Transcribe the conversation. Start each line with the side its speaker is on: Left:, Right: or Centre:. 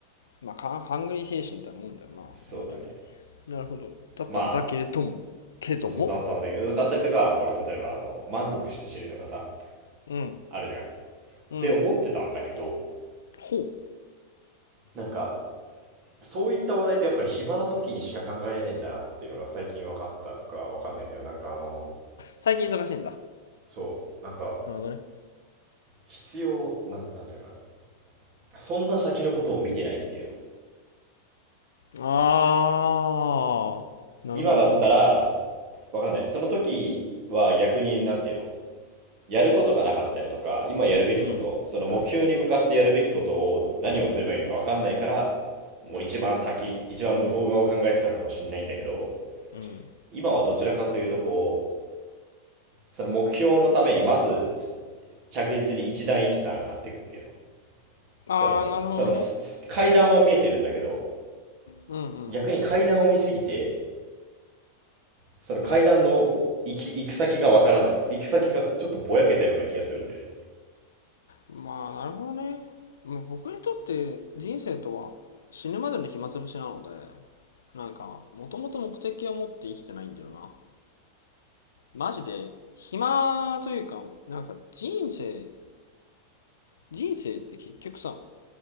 Left: まあか、ハングリー精神みたいなもんだよな、
Right: そうだね
Left: ある意味。なるほど。だったんだけれども、
Right: まあ
Left: けれども、
Right: そうそうだったんだけどだったりとかほら例えばあの満足して死ぬとかさ
Left: うん。
Right: あるじゃんっ
Left: うん。
Right: て思ってたんだけど
Left: ほう。
Right: なんかそういった話題ってやっぱり暇な時にしか考えねえんだなっていうのが最近分かったのか分かんないけどなんかあの
Left: 最近忙しいんだ。
Right: そうなんか
Left: なるほどね。
Right: 必要なん、なんていうのかなそんな先のことを見てないっていうの
Left: あー、なるほどね。
Right: 今だったら分からないその時は逆になんていうのやることがなかったりとか今やるべきことその目標に向かってやるべきことを何をすればいいのか分かんないから
Left: うん。
Right: もう一番先一番向こう側を考えてたのかもしれないんだけど
Left: うん。
Right: 今はどちらかというとこうその目標のためにまず着実に一段一段上がっていくっていうの。
Left: ああ、
Right: その、
Left: なるほどね。
Right: その、階段は見えてるんだけど、
Left: うん
Right: 逆に階段を見すぎて、その階段の行き、行く先がわからない。行く先がちょっとぼやけたような気がするんだよね。
Left: うん。まあ、なるほどね。まあ僕にとって人生とは死ぬまでの暇つぶしなので、なんか、もともと目的を持って生きてないんだよな。マジで、暇というか、なんか人生、人生って結局さ、